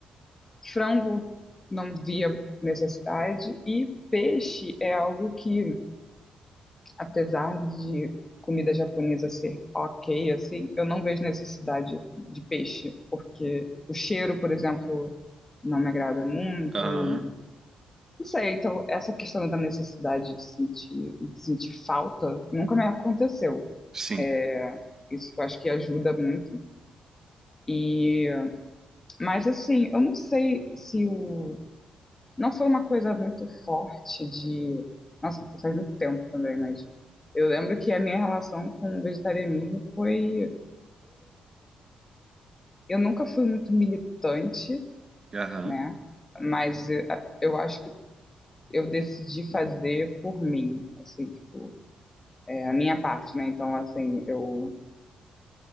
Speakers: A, on the left (about 20°); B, on the right (about 25°).
A: Frango não via necessidade. E peixe é algo que apesar de comida japonesa ser ok, assim, eu não vejo necessidade de peixe, porque o cheiro, por exemplo, não me agrada muito.
B: aham,
A: E... Não sei, então essa questão da necessidade de sentir, de sentir falta nunca me aconteceu.
B: sim,
A: É, Isso eu acho que ajuda muito. E, mas assim, eu não sei se o não foi uma coisa muito forte de. Nossa, porque faz muito tempo também, mas eu lembro que a minha relação com o vegetarianismo foi. Eu nunca fui muito militante,
B: aham,
A: né? Mas eh, a- eu acho que eu decidi fazer por mim, assim, tipo, é, a minha parte, né? Então, assim, eu,